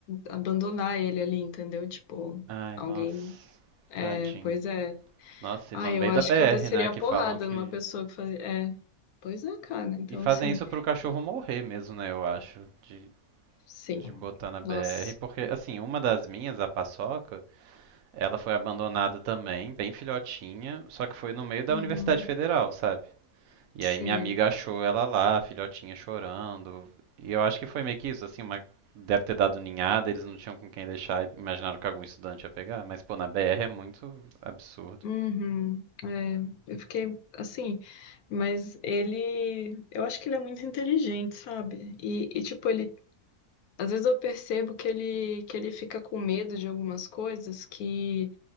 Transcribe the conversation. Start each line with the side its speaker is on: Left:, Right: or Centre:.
Left: abandonar ele ali, entendeu? Tipo,
Right: Ai,
Left: alguém.
Right: nossa.
Left: É,
Right: Tadinho.
Left: pois é.
Right: Nossa,
Left: Ah,
Right: e no
Left: eu
Right: meio
Left: acho
Right: da BR,
Left: que eu desceria
Right: né? Que
Left: a porrada
Right: falam que.
Left: numa pessoa que fazia. É, pois é, cara. Então,
Right: E fazem
Left: assim,
Right: isso pro cachorro morrer mesmo, né? Eu acho. De,
Left: sim.
Right: de botar na BR.
Left: Nossa.
Right: Porque, assim, uma das minhas, a Paçoca, ela foi abandonada também, bem filhotinha. Só que foi no meio da
Left: Uhum.
Right: Universidade Federal, sabe? E
Left: Sim.
Right: aí minha amiga achou ela lá, a filhotinha chorando. E eu acho que foi meio que isso, assim, uma... deve ter dado ninhada, eles não tinham com quem deixar e imaginaram que algum estudante ia pegar. Mas, pô, na BR é muito absurdo.
Left: Uhum, é, eu fiquei assim, mas ele, eu acho que ele é muito inteligente, sabe? E, e, tipo, ele, às vezes eu percebo que ele, que ele fica com medo de algumas coisas que,